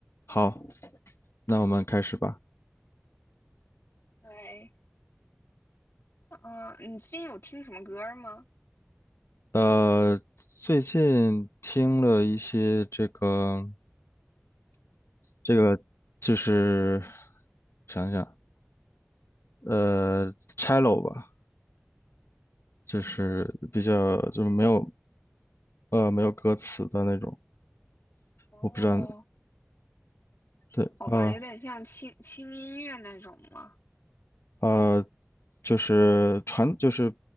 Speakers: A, on the left; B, on the left.
A: 好，那我们开始吧。
B: 对，嗯、你最近有听什么歌儿吗？
A: 呃，最近听了一些这个这个，就是想想，呃，cello 吧，就是比较就是没有呃没有歌词的那种，
B: 哦，
A: 我不知道，对，
B: 好吧，
A: 呃
B: 有点像轻轻音乐那种吗？
A: 呃，就是传就是